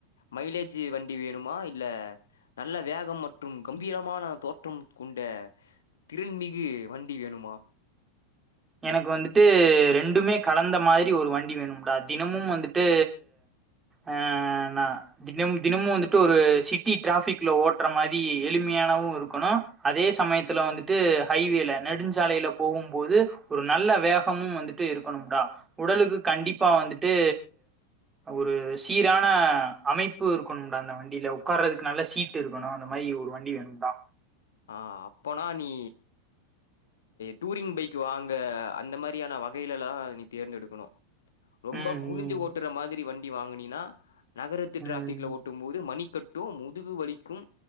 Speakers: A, on the left; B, on the right.
A: மைலேஜ் வண்டி வேணுமா இல்ல நல்ல வேகம் மற்றும் கம்பீரமான தோற்றம் கொண்ட திறன்மிகு வண்டி வேணுமா
B: எனக்கு வந்துட்டு ரெண்டுமே கலந்த மாதிரி ஒரு வண்டி வேணும்டா தினமும் வந்துட்டு அ ந தினம் தினமும் வந்துட்டு ஒரு சிட்டி டிராபிக்ல ஓட்ற மாரி எளிமையானவும் இருக்கணும் அதே சமயத்துல வந்துட்டு ஹைவேல நெடுஞ்சாலையில போகும்போது ஒரு நல்ல வேகமும் வந்துட்டு இருக்கணும்டா உடலுக்கு கண்டிப்பா வந்துட்டு ஒரு சீரான அமைப்பு இருக்கணும்டா அந்த வண்டியில உட்கார்றதுக்கு நல்ல சீட்டு இருக்கணும் அந்த மாரி ஒரு வண்டி வேணும்டா
A: ஆ அப்பனா நீ டூரிங் பைக் வாங்க அந்த மாரியான வகையிலலலா நீ தேர்ந்தெடுக்கணும் ரொம்ப
B: ம்
A: குனிஞ்சு
B: ம்
A: ஓட்டுற மாரி வண்டி வாங்கினினா நகரத்து
B: ம்
A: டிராபிக்ல ஒட்டும் போது மணிக் கட்டும் முதுகு வலிக்கும்